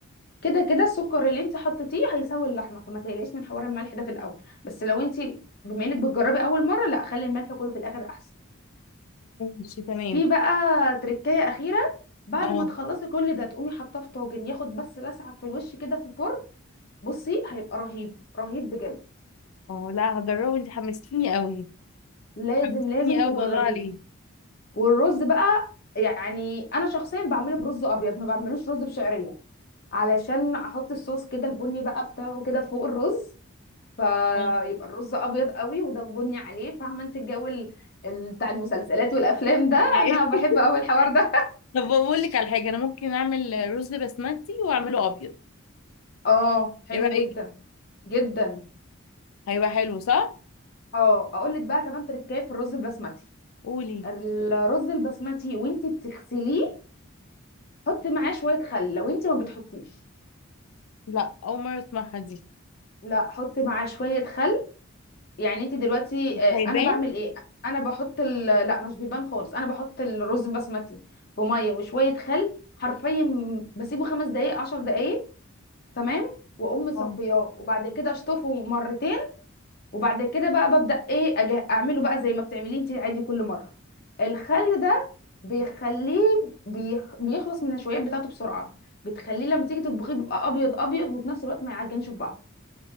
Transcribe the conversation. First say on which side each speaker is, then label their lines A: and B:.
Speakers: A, on the left; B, on the left.
A: كده كده السكر اللي انت حطيتيه هيساوي اللحمه فما تقلقيش من حوار الملح ده في الاول بس لو انت بما انك بتجربي اول مره لا خلي الملح كله في الاخر احسن
B: ماشي تمام
A: في بقى تركايه اخيره بعد
B: اه
A: ما تخلصي كل ده تقومي حاطاه في طاجن ياخد بس لسعه في الوش كده في الفرن بصي هيبقى رهيب رهيب بجد
B: اه لا هجربه انت حمستيني قوي
A: لازم
B: حمستيني
A: لازم
B: قوي
A: تجربيه
B: والله عليه
A: والرز بقى يعني انا شخصيا بعمله برز ابيض ما بعملوش رز بشعريه علشان احط الصوص كده البني بقى بتاعه كده فوق الرز فيبقى
B: آه.
A: الرز ابيض قوي وده بني عليه فاهمه انت الجو ال- ال- بتاع المسلسلات والافلام ده
B: أيوة.
A: انا بحب
B: <laughs>
A: قوي الحوار ده
B: طب بقول لك على حاجه انا ممكن اعمل رز بسمتي واعمله ابيض
A: <laughs> اه حلو
B: ايه رايك
A: جدا جدا
B: هيبقى حلو صح
A: اه اقول لك بقى كمان تركايه في الرز البسمتي
B: قولي
A: الرز البسمتي وانت بتغسليه حطي معاه شويه خل لو انت ما بتحطيش
B: لا اول مره اسمعها دي
A: لا حط معاه شوية خل يعني انت دلوقتي آه،
B: هيبان
A: انا بعمل ايه انا بحط ال... لا مش بيبان خالص انا بحط الرز البسمتي في مية وشوية خل حرفيا بسيبه خمس دقايق عشر دقايق تمام واقوم مصفياه
B: اه
A: وبعد كده اشطفه مرتين وبعد كده بقى ببدأ ايه أجه... اعمله بقى زي ما بتعمليه انت عادي كل مرة الخل ده بيخليه بيخ... بيخلص من النشويات بتاعته بسرعة بتخليه لما تيجي تطبخيه بيبقى ابيض ابيض وفي نفس الوقت ما يعجنش في بعض